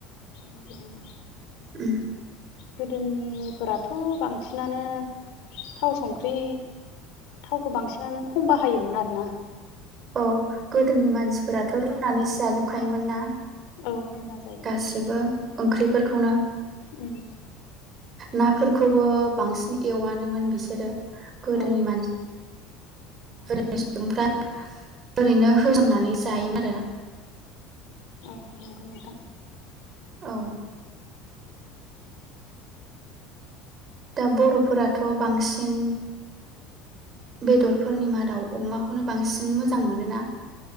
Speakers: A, on the left; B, on the right.
A: <unintelligible>
B: उम
A: गोदोनिफोराथ बांसिनानो थाव संख्रि थावखौ बांसिनानो खम बाहायोमोन आरो ना।
B: औ गोदोनि मानसिफोराथ रुनानैसो जाजोबखायोमोन ना।
A: औ रुना जायोमोन
B: गासिबो ओंख्रिफोरखौनो
A: उम
B: नाफोरखौबो बांसिन एवानोमोन बिसोरो। गोदोनि
A: औ
B: मानसि जेरै सुबुंफ्रा ओरैनो होजोमनानै जायोमोन आरो।
A: औ नंगौ नोंथां।
B: औ दा बरफोरा बांसिन बेदरफोरनि मादाव अमाखौनो बांसिन मोजां मोनोना